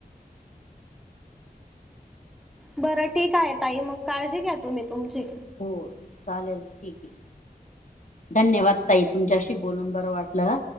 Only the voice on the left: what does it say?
हो, चालेल, ठीक आहे. धन्यवाद ताई. तुमच्याशी बोलून बर वाटल ह.